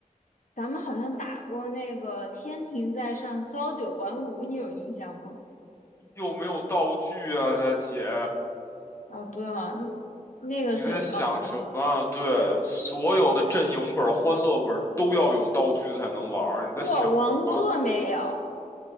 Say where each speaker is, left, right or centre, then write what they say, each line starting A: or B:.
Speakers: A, on the left; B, on the left.
A: 咱们好像打过那个“天庭在上，朝九晚五”，你有印象吗？
B: 又没有道具啊，大姐，
A: 哦，对啊，那那个是有道具的。
B: 你在想什么？对，所有的阵营本、欢乐本都要有道具才能玩儿，你在想什么？
A: 我王座没有，